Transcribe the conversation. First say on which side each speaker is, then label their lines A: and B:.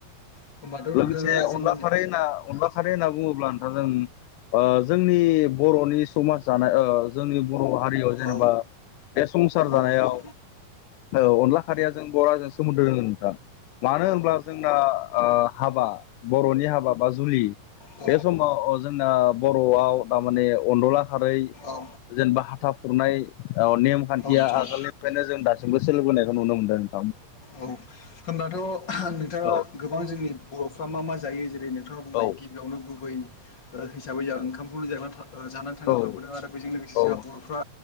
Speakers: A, on the left (about 30°); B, on the left (about 85°).
A: होमबाथ'
B: लोगोसे
A: नोंथाङा जोंनि
B: अनला
A: औ
B: खरैना अनलाखारै खारै होनना बुङोब्ला नोंथाङा जों जोंनि बर'नि समाज जानाय जोंनि बर' हारियाव जेनेबा
A: औ
B: बे संसार जानायाव
A: औ नोंथां
B: अनला खारिया जों बर'जों सोमोन्दो रोङोन नोंथां मानो होनब्ला जोंना हाबा बर'नि हाबा बा जुलि
A: औ
B: बे समाव जोंना बर'आव थारमाने अनदला खारै
A: औ
B: जेनेबा हाथा खुरनाय औ नेमखान्थिया
A: नोंथां
B: आगोलनिफ्रायनो जों दासिमबो सोलिबोनायखौ नुनो मोन्दों।
A: औ होनबाथ' नोंथाङा
B: औ
A: गोबां जोंनि बर'फ्रा मा मा जायो जेनब जेरै नोंथाङा बुंबाय
B: औ
A: गिबियावनो गुबै हिसाबै जोंहा ओंखामखौलनो जाना था जानानै थांना
B: औ
A: थाबोदों आरो बेजों लोगोसे
B: औ
A: जोंहा बर'फ्रा